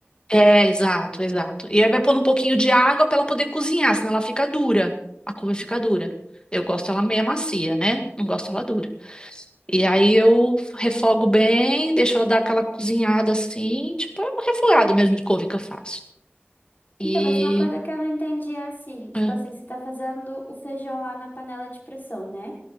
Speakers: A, on the left (about 20°); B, on the left (about 50°).
A: É, exato, exato. E aí vai pôr um pouquinho de água para ela poder cozinhar, senão ela fica dura. A couve fica dura. Eu gosto ela meia macia, né? Não gosto ela dura. E aí eu refogo bem, deixo ela dar aquela cozinhada assim, tipo, é um refogado mesmo de couve que eu faço. E.
B: Então, mas uma coisa que eu não entendi é assim, tipo
A: é,
B: assim, você tá fazendo o feijão lá na panela de pressão, né?